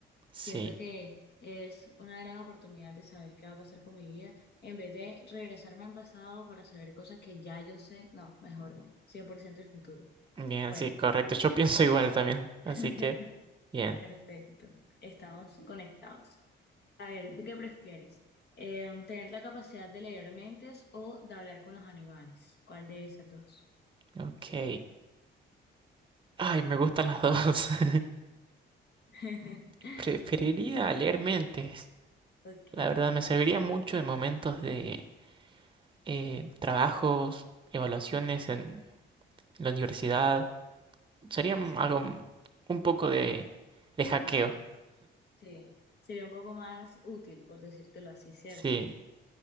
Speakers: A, on the right (about 25°); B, on the left (about 55°).
A: Sí,
B: Siento que es una gran oportunidad de saber qué va a pasar con mi vida. En vez de regresarme al pasado para saber cosas que ya yo sé, no, mejor 100% el futuro.
A: bien,
B: Bueno,
A: sí, correcto. Yo pienso igual también, así
B: <laughs>
A: que bien,
B: perfecto. Estamos conectados. A ver, ¿tú qué prefieres? Eh, ¿tener la capacidad de leer mentes o de hablar con los animales? ¿Cuál de esas dos?
A: ok. Ay, me gustan las dos. <laughs>
B: <laughs>
A: Preferiría leer mentes.
B: Ok,
A: La verdad, me serviría mucho en momentos de eh, trabajos, evaluaciones en la universidad sería
B: sí.
A: algo un poco de, de hackeo.
B: ajá. Sí, sería un poco más útil, por decírtelo así, ¿cierto?
A: Sí.